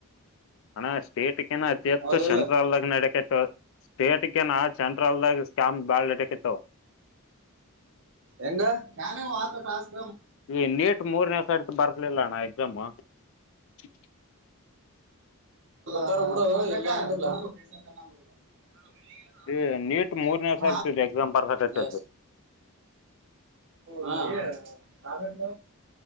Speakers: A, on the left; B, on the right.
A: ಅಣ ಸ್ಟೇಟ್ ಕಿನ ಅತಿ ಹೆಚ್ಚು
B: ಹೌದಿಲ್ಲ
A: ಸೆಂಟ್ರಲ್ದಾಗ ನಡೇಕೈತ ಸ್ಟೇಟ್ ಕಿನ ಸೆಂಟ್ರಲ್ದಾಗ ಸ್ಕ್ಯಾಮ್ ಬಾಳ್ ನಡೇಕತ್ತಾವ್.
B: ಹೆಂಗ <unintelligible>
A: ಈ ನೀಟ್ ಮೂರ್ನೆ ಸರ್ತಿ ಬರ್ಸ್ಲಿಲ್ಲಣ್ಣ ಎಕ್ಸಾಮು. <inaudible>
B: ತರ ಬುಡು ಇಲ್ಲಂದಿಲ್ಲ <unintelligible>
A: ಇ ನೀಟ್
B: <unintelligible>
A: ಮೂರನೇ ಸರ್ತಿ ಎಕ್ಸಾಮ್ ಬರ್ಸಕತ್ತದ್ದು
B: ಏ <unintelligible> ಹ ಸಾಗತ